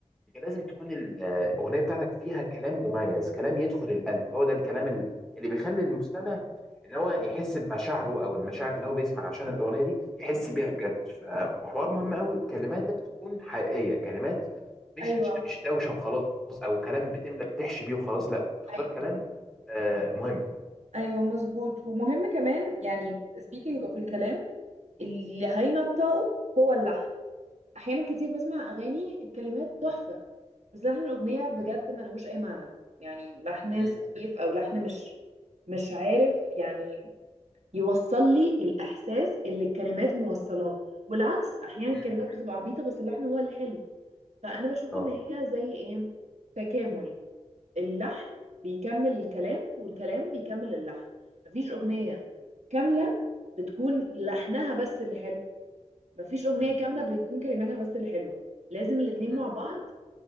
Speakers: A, in the centre; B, on the right.
A: انت لازم تكون الاغنيه بتاعتك فيها كلام مميز كلام يدخل القلب هو ده الكلام ال- اللي بيخلي المستمع ان هو يحس بمشاعره او المشاعر اللي هو بيسمع عشان الاغنيه دي يحس بيها بجد فحوار مهم قوي كلماتك تكون حقيقيه كلمات مش
B: ايوه
A: مش دوشه وخلاص او كلام بتملى بتحشي بيه وخلاص لا تختار
B: أي-
A: كلام آه، مهم
B: ايوه مظبوط ومهم كمان يعني speaking of الكلام اللي هينطقه هو اللحن احيانا كتير بسمع اغاني الكلمات تحفه بس لحن الاغنيه بجد
A: مم.
B: ملهوش اي معنى يعني لحن
A: مم.
B: سخيف او لحن مش مش عارف يعني يوصل لي الاحساس اللي الكلمات موصلاه والعكس احيانا
A: مم.
B: الكلمات بتبقى عبيطه بس اللحن هو اللي حلو فانا بشوف
A: اه
B: ان هي زي ايه تكامل اللحن بيكمل الكلام والكلام بيكمل اللحن مفيش اغنيه كامله بتكون لحنها بس اللي حلو مفيش اغنيه
A: مم.
B: كامله بتكون كلماتها بس اللي حلوه لازم الاتنين
A: مم.
B: مع بعض